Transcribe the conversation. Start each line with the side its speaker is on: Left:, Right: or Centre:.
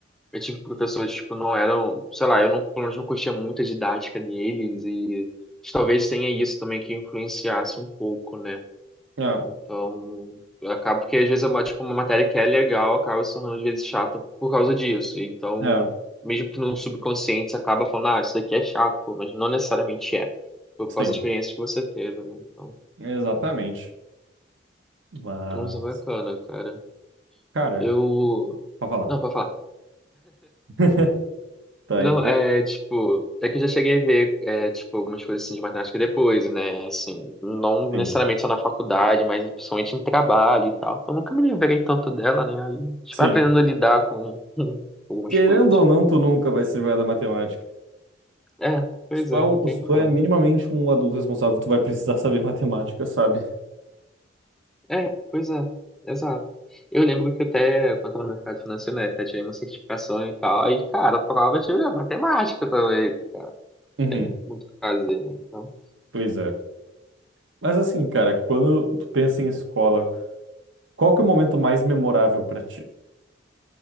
Centre: eu tive professores, que tipo, não eram, sei lá, eu não, pelo menos não curtia muito a didática deles e talvez tenha isso também que influenciasse um pouco, né?
Right: é,
Centre: Então, acaba porque às vezes é uma, tipo, uma matéria que é legal, acaba se tornando às vezes chata por causa disso. Então,
Right: é,
Centre: mesmo que no subconsciente você acaba falando, ah, isso daqui é chato, pô, mas não necessariamente é, por
Right: sim,
Centre: causa da experiência que você teve, né? Então,
Right: exatamente. Mas,
Centre: Nossa, bacana, cara.
Right: cara,
Centre: Eu.
Right: pode falar.
Centre: Não, pode falar.
Right: <laughs> Tá,
Centre: Não,
Right: então,
Centre: é tipo. É que eu já cheguei a ver, é, tipo, algumas coisas assim de matemática depois, né? Assim, não necessariamente
Right: sim.
Centre: só na faculdade, mas principalmente em trabalho e tal. Então nunca me livrei tanto dela, né? Aí a gente
Right: Sim.
Centre: vai aprendendo a lidar com <laughs> algumas
Right: Querendo
Centre: coisas.
Right: ou não, tu nunca vai se livrar da matemática.
Centre: É, pois
Right: Se tu
Centre: é,
Right: é, um-
Centre: não tem
Right: se
Centre: como.
Right: tu é minimamente um adulto responsável, tu vai precisar <laughs> saber matemática, sabe?
Centre: É, pois é, exato. Eu lembro que até, quando eu tava no mercado financeiro, né, até tirei uma certificação e tal. Aí, cara, a prova tinha matemática também. Cara.
Right: Uhum.
Centre: Tem muito o que fazer, né? Então.
Right: Pois é. Mas assim, cara, quando tu pensa em escola, qual que é o momento mais memorável pra ti?